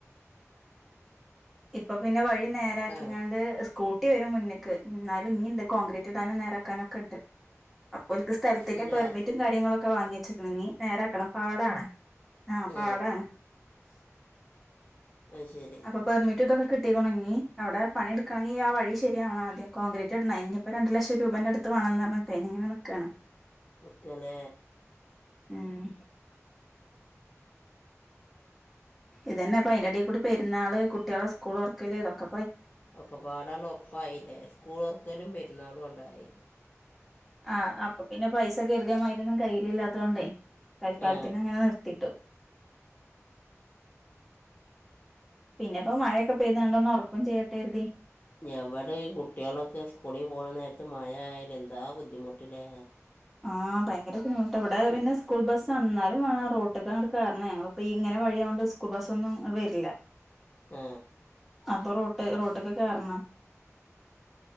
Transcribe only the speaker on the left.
ആ
ഉണ്ടല്ലേ
ഏ
അത് ശരി
നിക്കാലേ
ഒക്കെ പാടാട്‌ ഒപ്പായില്ലേ സ്കൂള് തൊർക്ക്ലും പെരുന്നാളും ണ്ടായി
ആ
എവടെ ഈ കുട്ട്യോളൊക്കെ സ്കൂളി പോണ നേരത്ത് മയ ആയാല് എന്താ ബുദ്ധി മുട്ട്ല്ലേ
ആ